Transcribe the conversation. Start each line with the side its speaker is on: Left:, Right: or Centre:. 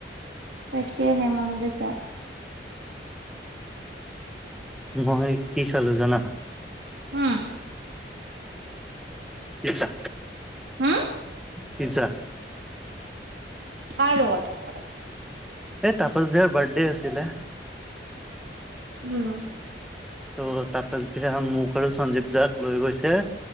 Right: তাকেহে মন গৈছে।
Centre: মই কি খালো জানা?
Right: অ।
Centre: আচ্ছা
Right: হম
Centre: পিজ্জা
Right: কাৰ লগত
Centre: এই তাপচ বিহাৰৰ বাৰ্থডে আছিলে।
Right: উম।
Centre: ত' তাৰ পাছদিনা মোক আৰু সঞ্জীৱ দাক লৈ গৈছে